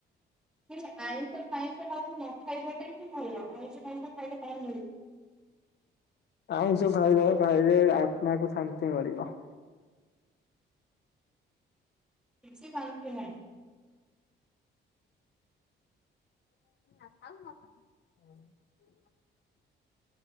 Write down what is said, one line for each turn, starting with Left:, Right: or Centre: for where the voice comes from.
Centre: ହେ ଆଇଁଷ ପାଇଁଷ ବାବୁ ନ ଖାଇବାଟା ହିଁ ଭଲ ଆଇଁଷ ପାଇଁଷ ଖାଇଲେ କଣ ମିଳିବ? <inaudible>
Left: ଆଇଁଷ ଖାଇବା ଖାଇଲେ ଆତ୍ମାକୁ ଶାନ୍ତି ମିଳିବ।
Centre: କିଛି ଶାନ୍ତି ନାହିଁ
Left: <unintelligible>